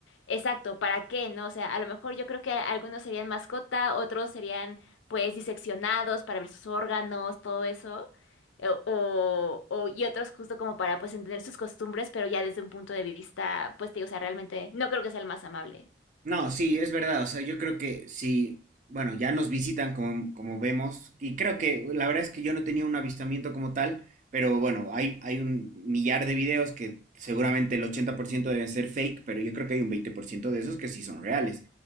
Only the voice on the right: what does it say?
No, sí, es verdad. O sea, yo creo que sí, bueno, ya nos visitan como, como vemos. Y creo que la verdad es que yo no tenía un avistamiento como tal, pero bueno, hay, hay un millar de videos que seguramente el 80% deben ser fake, pero yo creo que hay un 20% de esos que sí son reales.